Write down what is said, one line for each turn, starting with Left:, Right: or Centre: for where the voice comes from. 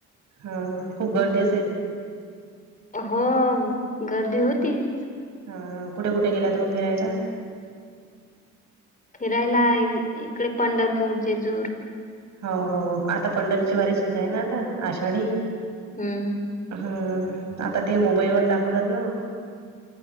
Right: हा हा, खूप गर्दी असेल.
Left: हो, गर्दी होतीच.
Right: हा हा, कुठे कुठे, गेलात मग फिरायला.
Left: फिरायला इकडे पंढरपूर, जेजूर
Right: हो हो, आता पंढरीची वारी सुद्धा आहे. ना आता आषाढी
Left: हम्म,
Right: हम्म, आता ते मोबाईल वर दाखवतात ना,